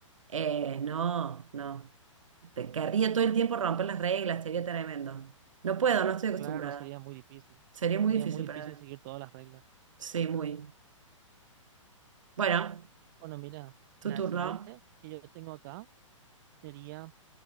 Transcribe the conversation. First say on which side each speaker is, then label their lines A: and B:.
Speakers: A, on the right (about 70°); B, on the right (about 40°).
A: eh, no, no. Te querría todo el tiempo romper las reglas, sería tremendo. No puedo, no estoy acostumbrada.
B: Claro, sería muy difícil.
A: Sería muy
B: Sería
A: difícil
B: muy difícil
A: para mí.
B: seguir todas las reglas.
A: Sí, muy. Bueno.
B: Bueno, mira,
A: ¿Tu
B: la
A: turno?
B: siguiente que yo tengo acá sería